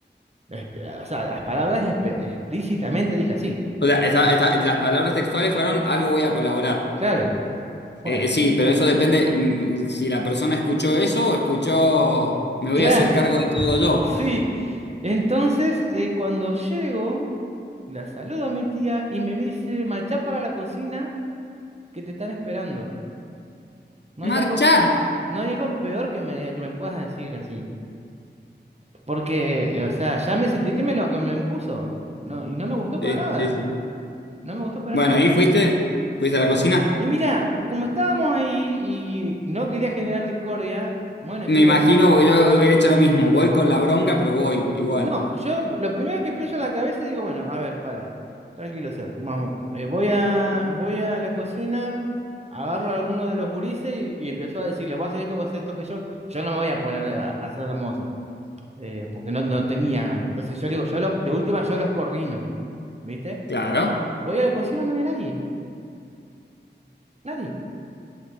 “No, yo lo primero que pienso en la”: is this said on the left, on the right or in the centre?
Right